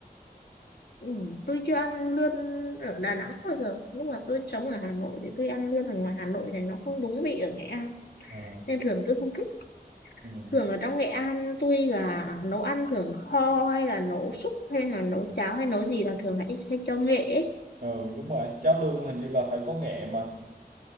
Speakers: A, on the left; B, on the right.
A: ừ, tôi chưa ăn lươn ở Đà Nẵng bao giờ nhưng mà tôi sống ở Hà Nội thì tôi ăn lươn ở ngoài Hà Nội này nó không đúng vị ở Nghệ An
B: ừ,
A: nên thường tôi không thích
B: ừ.
A: thường ở trong Nghệ An tôi là nấu ăn thường kho hay là nấu súp hay là nấu cháo hay nấu gì là thường hay, hay cho nghệ ấy.
B: ừ đúng rồi cháo lươn hình như là phải có nghệ mà